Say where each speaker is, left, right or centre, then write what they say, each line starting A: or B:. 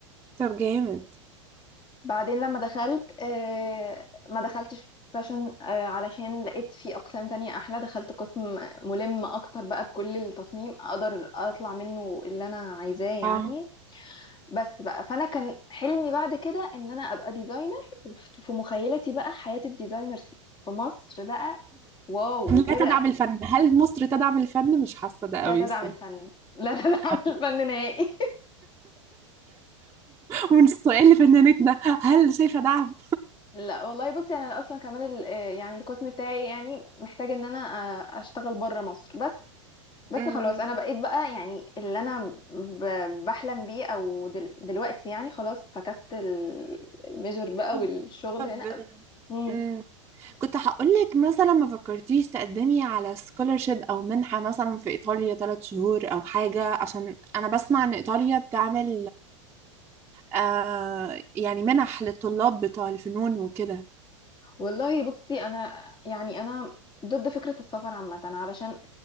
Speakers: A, on the right; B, on the left.
A: طب جامد
B: بعدين لما دخلت آه، ما دخلتش فاشن آه، علشان لقيت في اقسام تانية احلى دخلت قسم ملم اكتر بقى بكل التصميم اقدر اطلع منه اللي انا عايزاه يعني
A: اه
B: بس بقى فانا كان حلمي بعد كده ان انا ابقى ديزاينر وفي مخيلتي بقى حياة الديزاينرز في مصر بقى واو وكده
A: لا تدعم الفن هل مصر تدعم الفن مش حاسه ده قوي
B: لا تدعم
A: الصراحه
B: الفن لا <laughs>
A: <laughs>
B: تدعم الفن نهائي <laughs>
A: ومن السؤال لفنانتنا هل شايفه دعم
B: لا والله بصي انا اصلا كمان ال- آه، يعني القسم بتاعي يعني محتاج ان انا أ- اشتغل بره مصر بس بس
A: امم
B: خلاص انا بقيت بقى يعني اللي انا ب- بحلم بيه او دل دلوقتي يعني خلاص فكست ال- الميجر بقى
A: طب
B: والشغل
A: طب
B: هنا امم
A: امم كنت هقول لك مثلا ما فكرتيش تقدمي على سكولرشيب او منحه مثلا في ايطاليا ثلاث شهور او حاجه عشان انا بسمع ان ايطاليا بتعمل آه يعني منح للطلاب بتوع الفنون وكده
B: والله بصي انا يعني انا ضد فكرة السفر عامة علشان